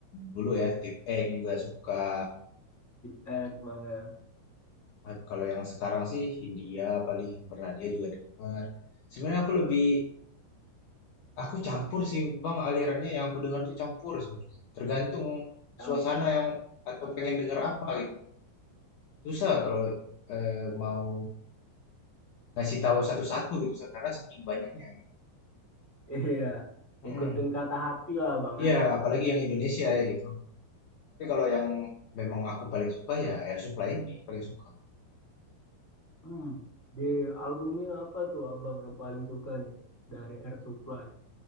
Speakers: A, on the left; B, in the centre.
A: dulu ya Tip X juga suka.
B: beat tag bang ya.
A: Nah, Kalau yang sekarang sih Hindia paling Bernadia juga denger. Sebenarnya aku lebih Aku campur sih Bang alirannya yang aku dengar tuh campur sebenarnya. Tergantung
B: Campur.
A: suasana yang atau pengen denger apa gitu. Susah kalau eh, mau ngasih tahu satu-satu gitu karena saking banyaknya gitu.
B: Iya. Ngikutin
A: Mm-mm.
B: kata hati lah bang
A: Iya,
B: ya.
A: apalagi yang Indonesia ya gitu. Tapi kalau yang memang aku paling suka ya Air Supply ini paling suka.
B: Hmm. Di albumnya apa tuh abang yang paling suka nih? Dari Air Supply.